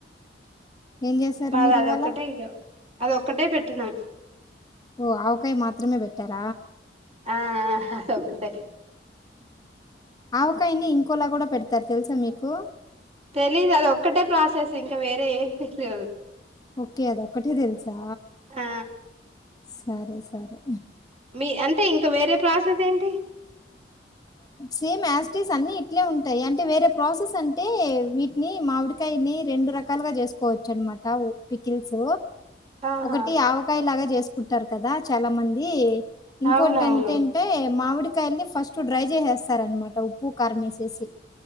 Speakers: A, on the left; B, on the right.
A: ఏం చేశారు
B: మాది
A: మీరు
B: అదొక్కటే
A: ఇవాళ
B: ఇగ అది ఒక్కటే పెట్టినాం
A: ఓ ఆవకాయ మాత్రమే పెట్టార
B: ఆ అదొక్కటే
A: ఆవకాయనే ఇంకోలా కూడా పెడతారు తెలుసా మీకు
B: తెలీదు అది ఒక్కటే ప్రాసెస్ ఇంకా వేరే ఏం తెలిదు
A: ఓకే అది ఒక్కటే తెలుసా
B: ఆ
A: సరే సరే
B: మీ అంటే ఇంకా వేరే ప్రాసెస్ ఏంటి
A: సేమ్ యాస్టీస్ అన్ని ఇట్లే ఉంటాయి అంటే వేరే ప్రాసెస్ అంటే వీటిని మామిడికాయ దీని రెండు రకాలుగా చేసుకోవచ్చు అనమాట పికిల్స్
B: ఆహా
A: ఒకటి ఆవకాయ లాగా చేసుకుంటారు కదా చాలా మంది ఇంకోటి
B: అవునవును
A: ఏంటెంత ఏంటే మామిడికాయల్ని ఫస్ట్ డ్రై చేసేస్తారనమాట ఉప్పు కారం వేసేసి